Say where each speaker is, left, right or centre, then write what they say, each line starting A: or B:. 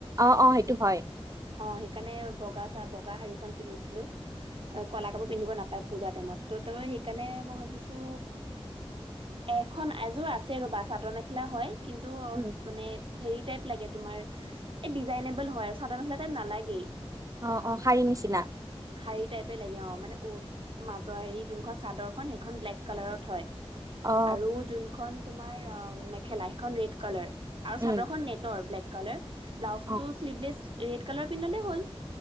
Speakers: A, on the right; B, on the right.
A: অ অ সেইটো হয়
B: অ সেইকাৰণে বগা চা বগা শাড়ীখন পিন্ধিছিলো অ কলা কাপোৰ পিন্ধিব নাপায় পূজা টাইমত ত' তাৰাবে সেইকাৰণে মই ভাবিছো এখন এযোৰ আছে ৰবা চাদৰ মেখেলা হয় কিন্তু
A: উম
B: মানে হেৰি টাইপ লাগে তুমাৰ এই ডিজাইনেবল হয় আৰু চাদৰ মেখেলা নালাগে।
A: অ', অ', শাৰীৰ নিচিনা
B: শাৰী টাইপে লাগে অঁ, মানে উ, মাজৰ হেৰি যোনখন চাদৰখন সেইখন ব্লেক কালাৰত হয়।
A: অ
B: আৰু যোনখন তোমাৰ অঁ, মেখেলা সেইখন ৰেড কালাৰ। আৰু
A: উম
B: চাদৰখন নেটৰ ব্লেক কালাৰ, ব্লাউজটো
A: অ
B: শ্লিভলেছ ৰেড কালাৰ পিন্ধলে হ'ল।